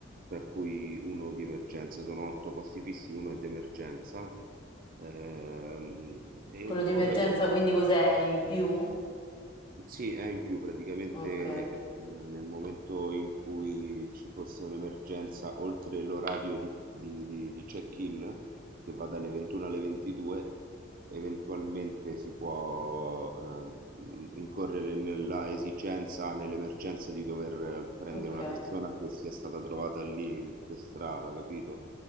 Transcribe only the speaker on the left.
Quello di emergenza
quindi cos'è? È in più?
Ok,
ok,